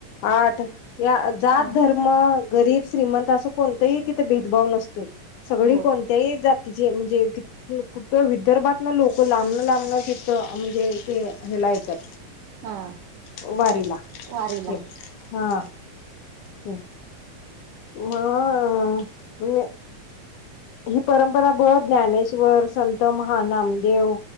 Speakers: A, on the left; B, on the right.
A: आठ या जात
B: हा
A: धर्म गरीब श्रीमंत असं कोणतही तिथे भेदभाव नसतोय. सगळी
B: होय
A: कोणत्याही जाती म्हणजे कुठं विदर्भात ना लोक लांबणं लांबण तिथ म्हणजे ते हेला येत्यात.
B: हा
A: वारीला
B: वारीला
A: ते हा ते म मी ही परंपरा बग ज्ञानेश्वर संत महा नामदेव